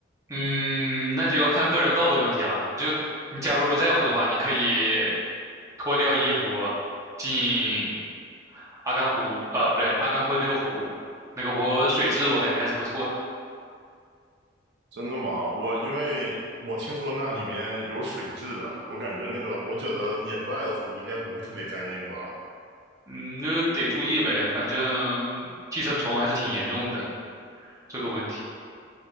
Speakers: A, on the right; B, on the right.
A: 嗯，那就要看个人道德问题啦。就你假如不在乎的话，你可以脱掉衣服进阿甘湖，呃，不对，阿甘昆那个湖，那个湖水质我感觉还是不错的。
B: 真的吗？我因为我听说那里面有水质啊，我感觉那个我觉得野外的湖应该不会特别干净吧？
A: 嗯，那得注意呗，反正寄生虫还是挺严重的这个问题。